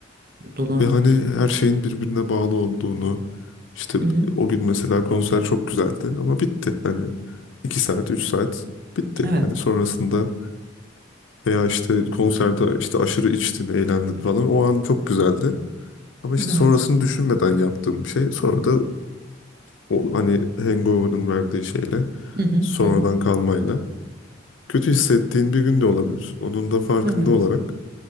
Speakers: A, on the right (about 50°); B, on the left (about 70°).
A: Mutluluğu.
B: Ve hani her şeyin birbirine bağlı olduğunu işte
A: Hı hı.
B: o gün mesela konser çok güzeldi ama bitti. Hani iki saat, üç saat bitti.
A: Evet.
B: Hani sonrasında veya işte konserde işte aşırı içtin, eğlendin falan. O an çok güzeldi. Ama işte
A: Evet.
B: sonrasını düşünmeden yaptığım bir şey. Sonra da o hani hangover'ın verdiği şeyle
A: Hı hı.
B: sonradan
A: Hı hı.
B: kalmayla. Kötü hissettiğin bir gün de olabilir. Onun da farkında
A: Evet.
B: olarak